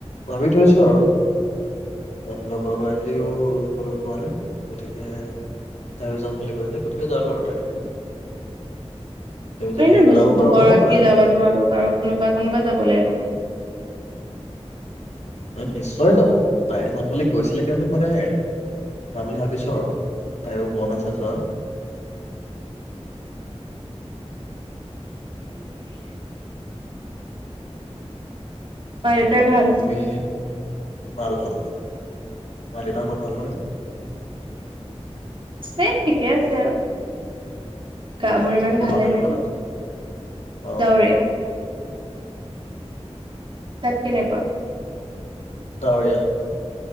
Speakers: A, on the left; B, on the right.
A: ভাবি থৈছো আৰু লগৰ গৰাকীও কতো যোৱা নাই, গতিকে তাইও যাম বুলি কৈছে গতিকে যাম আৰু তেনেকে।
B: তুমি
A: যদি
B: নে ',
A: ওলাব
B: দু -দুগৰাকী
A: পাৰা ওলাব পাৰা মোৰ
B: যাবা
A: লগত
B: তোমালোক আৰু কোনোবা? কোনোবা যাব লাগিব ন?
A: তাই নিশ্চয় যাব। পায়ে যাম বুলি কৈছিলে কাৰণে, মানে পাবলে হাক ভাবিছো আৰু তাইৰো মন আছে যোৱা।
B: ঠিকেই- ঠিকেই মা দেউতাৰ
A: তাৰপৰা
B: ভাল
A: তুমি? ভাল -ভাল -ভাল মা দেউতাহঁতৰ ভাল নহয়?
B: আছে ঠিকে আছে আৰু। গা বোৰ ইমান
A: বতৰ
B: ভালে
A: কেনেকুৱা
B: নাই
A: তাত অ
B: ডাৱৰীয়া তাত কেনেকুৱা?
A: ডাৱৰীয়া